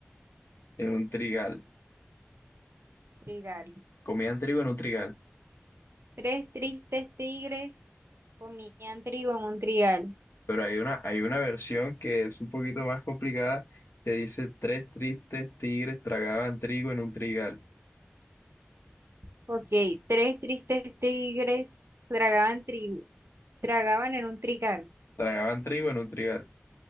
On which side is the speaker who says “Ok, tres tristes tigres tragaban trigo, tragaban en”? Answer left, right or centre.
Right